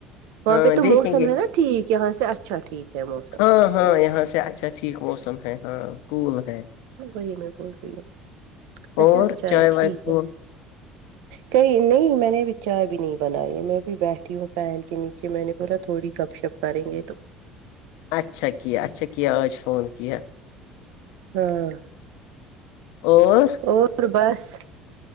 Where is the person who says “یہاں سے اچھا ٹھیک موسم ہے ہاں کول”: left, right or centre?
Left